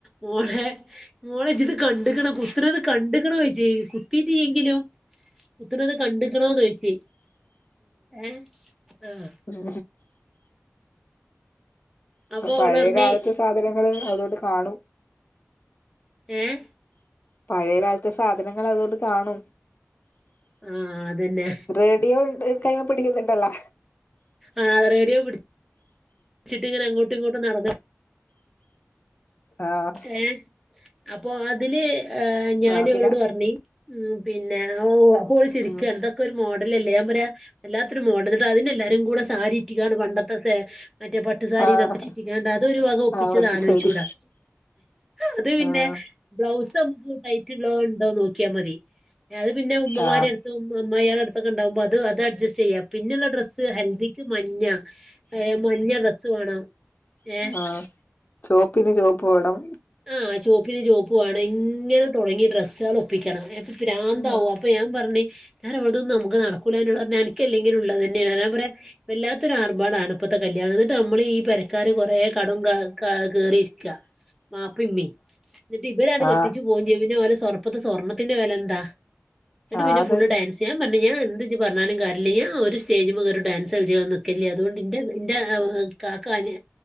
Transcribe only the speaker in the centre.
മോളെ മോളെജിത് കണ്ട്ക്കണാ കുത്തണത് കണ്ട്ക്കണാ ചോയിച്ച് കുത്തീട്ടില്ലെങ്കിലും കുത്തണത് കണ്ട്ക്കണോന്ന് ചോയിച്ച് ഏഹ് ആഹ്
അപ്പൊ
ഓള് പറഞ്ഞ്
ഏഹ്
ഉം അതന്നെ
ആഹ് റേഡിയോ പിടിച്ചിട്ടിങ്ങനെ അങ്ങോട്ടും ഇങ്ങോട്ടും നടന്ന്
ഏഹ് അപ്പൊ അതില് ഏഹ് ഞാന്
ഇവളോട് പറഞ്ഞ് ഉം പിന്നെ ഓഹ് അപ്പ ഓള് ചിരിക്കാണ്
ഇതൊക് ക്കൊരു മോഡലല്ലേ ഞാൻ പറയാ വല്ലാത്തൊരു മോഡല് ഇന്നട്ട് അതിനെ എല്ലാരും കൂടെ സാരിറ്റിങ്ങാണ്ട് പണ്ടത്തെ സേ മറ്റേ പട്ടുസാരി
ഇതൊക്കെ ചുറ്റിങ്ങാണ്ട് അതൊരു വക ഒപ്പിച്ചത്
ആലോയിച്ചൂടാ
അത് പിന്നെ
ബ്ലൗസ് നമ്മക്ക് ടൈറ്റ്ള്ളെ ഇണ്ടോ നോക്കിയാ മതി ഇനി അത് പിന്നെ ഉമ്മമാരെട്
ത്തും അമ്മായിയെളെടുത്തൊക്കെ ഇണ്ടാവുമ്പോ അത് അത് അഡ്ജസ്റ്റ് ചെയ്യാ പിന്നെള്ള ഡ്രസ്സ് ഹൽദിക്ക് മഞ്ഞാ ഏഹ് മഞ്ഞ ഡ്രസ്സ്‌ വേണം ഏഹ്
ആഹ് ചോപ്പിന് ചോപ്പ് വേണം ഇങ്ങനെ തൊടങ്ങി ഡ്രസ്സുകൾ ഒപ്പിക്കണം ഏഹ് അപ്പൊ പ്രാന്താവും
അപ്പൊ ഞാ പറഞ്ഞ് ഞാൻ ഓളതൊന്നും നമുക്ക് നടക്കൂലാ എന്നോട് പറഞ്ഞ് അനിക്കല്ലെങ്കിലും ഇള്ളതെന്നെയാ ഞാ പറയാ വല്ലാത്തൊരു ആർഭാടാണ് ഇപ്പത്തെ കല്യാണം എന്നിട്ട് നമ്മളീ പെരക്കാര് കൊറെ കടും ക കേറിയിരിക്കാ മാപ്പിമ്മി ഇന്നിട്ട് ഇവരാട് കെട്ടിച്ചു
പോവും ചെയ്യും പിന്നെ ഓലെ സ്വർപ്പ ഇപ്പത്തെ സ്വർണ്ണത്തിന്റെ വെല എന്താ? ഇന്നട്ട് പിന്നെ
ഫുള്ള് ഡാൻസ്യാ ൻ പറഞ്ഞ് ഞാൻ എന്ത് ഇജ് പറഞ്ഞാലും കാര്യല്ല ഞാൻ ഒരു സ്റ്റേജ് മേൽ ഒരു ഡാൻസ് കളിച്ച് നിക്കല്ലേ അതുകൊണ്ട് ഇന്റെ ഇന്റെ <unintelligible> കാക്ക അനി